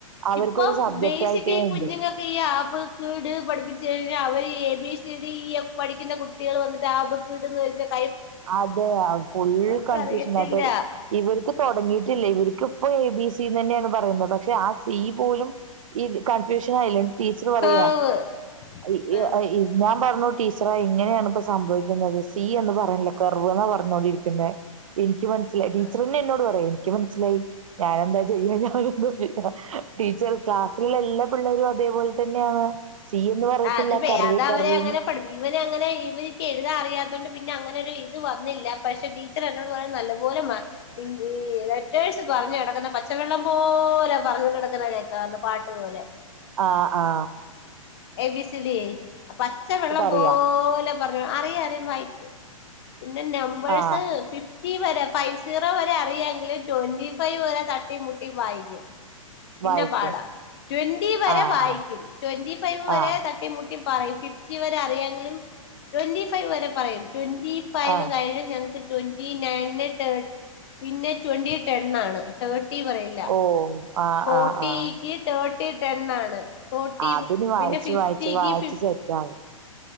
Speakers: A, on the right; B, on the left.
A: അവർക്കൊരു
B: ഇപ്പം
A: സബ്ജക്റ്റ്
B: ബേസിക്
A: ആയിട്ടേ
B: ഈ കുഞ്ഞുങ്ങൾക്ക
A: ഇണ്ട്.
B: ആ, ഇ ട് കേട് പഠിപ്പിച്ചച്ച് കഴിഞ്ഞാൽ അവര് A B C D E F പഠിക്കുന്ന കുട്ടികൾ വന്ന് അബ് ക്ട് കന്ന് ചോയി ചാൽ
A: അതെ ഫുൾക്ക്
B: അവർക്കറിയത്തില്ല
A: <inaudible> ഇവർക്ക് തുടങ്ങിയിട്ടില്ല ഇവർക്ക് ഇപ്പോ എ, ബി, സി സി തന്നെയാണ് പറയുന്നത് പക്ഷെ ആ സി പോലും ഈ കൺഫ്യൂഷൻ ആയില്ല ടീച്ചർ പറയാ
B: ഹേവ്
A: അ ഇ
B: ആഹ്
A: യ് ഞാൻ പറഞ്ഞോ ടീച്ചറ ഇങ്ങനെയാണ് ഇപ്പ സംഭവിക്കുന്നത് സി എന്ന് പറയുന്നില്ല കർവ് എന്ന പറഞ്ഞോണ്ടിരിക്കുന്നത് എനിക്ക് എനിക്ക് മനസ്സിലായി ടീച്ചർന്നെ
B: ആഹ്
A: എന്നോട് പറയാ എനിക്ക് മനസ്സിലായി ഞാന എന്താ ചെയ്യാ ഞൻ എന്താ ചെയ്യ ടീച്ചർ ക്ലാസ്സിലുള്ള എല്ലാ പിള്ളേരും അതേപോലെ തന്നെയാണ്. സി എന്ന് പറയത്തില്ല
B: ആ അത് വേ
A: കർവ്
B: അത
A: കർവ്ന്ന്.
B: അവരെ അങ്ങനെ പഠ ഇവന അങ്ങനെ ഇവനിക്ക് എഴതാ അറിയാത്ത പിന്നെ അങ്ങനെ ഒരു ഇത് വന്നില്ല പക്ഷെ ടീച്ചർ എന്നോട് പറയാ നല്ല പോലെറ്റ പറഞ്ഞു കിക്കുന്നെ പച്ചവെള്ളം പോല പറഞ്ഞോണ്ട്ടക്കുന്നക്കാന്ന് പാട്ട്പലെ
A: ആ ആ
B: എ ബിസി ഡി അ പച്ച വെള്ളം
A: അറിയാ.
B: പോലെ പറഞ്ഞു അറിയ അറിയും വായിക്കും. പിന്നെ നമ്പേഴ്സ്
A: ആഹ്
B: ഫിഫ് വ ഫൈവ് സീറോ വരെ അറിയാെങ്കിലും ട്വന്റി ഫൈവ് വരെ തട്ടി മുട്ടി വായിക്കും. പിന്നെ
A: വായിക്കും
B: പാടാ ട്വന്റി വരെ
A: ആഹ്
B: വായിക്കും
A: ആഹ്
B: ട്വന്റി ഫൈവ് വരെ
A: ആഹ്
B: തട്ടി മുട്ടി പറ ഫിഫ്റ്റി വരെ അറിയാെങ്കിലും ട്വന്റി ഫൈവ് വരെ പറയും. ട്വന്റി ഫൈവ്
A: ആഹ്
B: കഴിഞ്ഞൽ ഞങ്ങക്ക് ട്വന്റി നയന് തേ പിന്നെ ട്വന്റി ട്ടൺ ആണ് ട്ടേർ -- പറയില്ല
A: ഓ ആഹ്
B: ഫോർട്ടിക്ക്
A: ആഹ് ആഹ്
B: തേർട്ടി ടെണ് ഫോർട്ടി
A: അതിന് വായിച്ച്
B: പിന്നെ ഫിഫ്റ്റിക്ക്
A: വായിച്ച് വായിച്ച്
B: ഫിഫ്
A: സെറ്റാവും